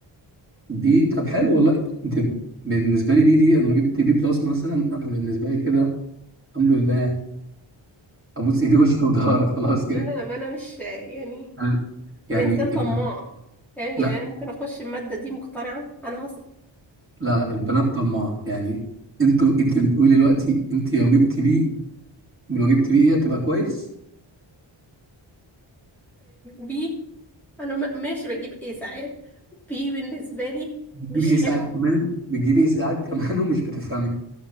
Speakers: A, on the right; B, in the centre.
A: دي طب حلو والله انت بالنسبه لي بي دي انا لو جبت بي بلس مثلا انا بالنسبه لي كده الحمد لله ابوس ايدي <laughs> وشي وضهري خلاص
B: ما
A: كده
B: أنا ما أنا مش آه، يعني
A: انا يعني
B: الانسان طماع
A: ال...
B: فاهم
A: لا
B: يعني انا ممكن اخش الماده دي مقتنعه انا هسقط
A: لا
B: <laughs>
A: لا البنات طماعه يعني انتوا انت بتقولي دلوقتي انت لو جبت بي لو جبت بي ايه هتبقى كويس
B: بي انا م- ماشي بجيب ايه ساعات بي بالنسبه لي
A: بتجيبي
B: مش
A: ايه ساعات
B: حلو
A: كمان بتجيبي ايه ساعات كمان <laughs> ومش بتفهمي